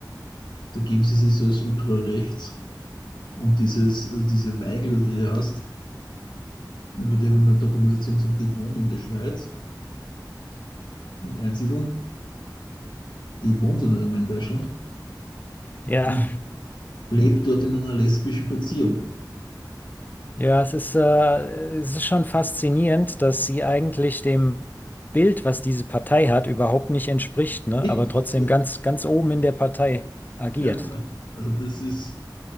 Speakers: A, on the left (about 80°); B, on the left (about 25°).
A: da geben sie sich so als ultrarechts und dieses, also diese Weigel, die du hast, über die habe ich mir eine Dokumentation gesehen, die wohnt in der Schweiz, in Einsiedeln, die wohnt ja nicht einmal in Deutschland.
B: Ja,
A: Und lebt dort in einer lesbischen Beziehung.
B: Ja, es ist, äh, es ist schon faszinierend, dass sie eigentlich dem Bild, was diese Partei hat, überhaupt nicht entspricht, ne?
A: Eben,
B: Aber
A: das
B: trotzdem
A: ist ja,
B: ganz, ganz oben in der Partei agiert.
A: ja, also das ist,